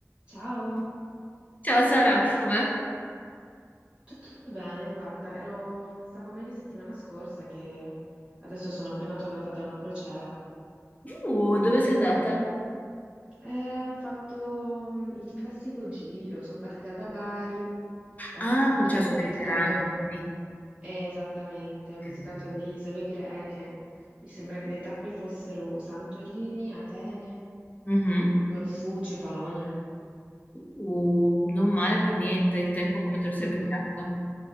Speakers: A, on the right (about 20°); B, on the left (about 30°).
A: Ciao,
B: Ciao Sara, com'è?
A: tutto bene? Guarda, ero... stavo meglio settimana scorsa che adesso sono appena tornata da una crociera
B: Uh, dove sei andata?
A: e ho fatto mm, il classico giro, sono partita da Bari, ho
B: Ah,
A: fatto,
B: col cesso
A: ho visitato,
B: mediterraneo, quindi.
A: eh, esattamente, ho visitato
B: Ok.
A: le isole greche, mi sembra che le tappe fossero Santorini, Atene,
B: Mhm.
A: Corfù, Cefalonia.
B: Uh, non male per niente, il tempo come te lo sei
A: Mm,
B: beccato?
A: mm,